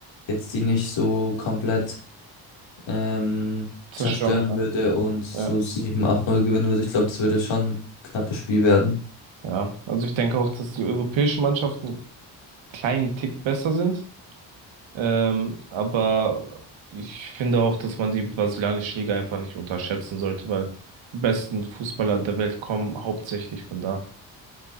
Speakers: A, on the left; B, on the right.
A: jetzt die nicht so komplett ähm,
B: Zerstören
A: zerstören
B: kann.
A: würde und so
B: Ja,
A: sieben acht null gewinnen würde. Ich glaube, das würde schon ein knappes Spiel werden.
B: ja. Also ich denke auch, dass die europäischen Mannschaften einen kleinen Tick besser sind. Ähm, aber ich finde auch, dass man die brasilianische Liga einfach nicht unterschätzen sollte, weil die besten Fußballer der Welt kommen hauptsächlich von da.